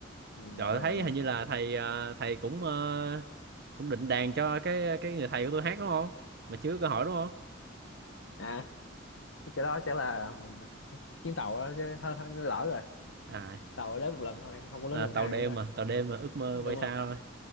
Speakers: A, on the left (about 70°); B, on the right (about 55°).
A: ừ,
B: rồi
A: gặp rồi,
B: thấy
A: gặp rồi.
B: hình như là thầy ờ, thầy cũng ờ, cũng định đàn cho cái cái người thầy của tôi hát đúng không mà chưa có hỏi đúng không
A: à thì cái đó chắc là mình chuyến tàu đó chứ hơi, hơi lỡ rồi
B: à
A: tàu đến một lần thôi không có
B: là
A: đến lần
B: tàu
A: hai
B: đêm
A: nữa rồi
B: mà tàu đêm mà ước mơ
A: đúng
B: bay xa
A: rồi
B: thôi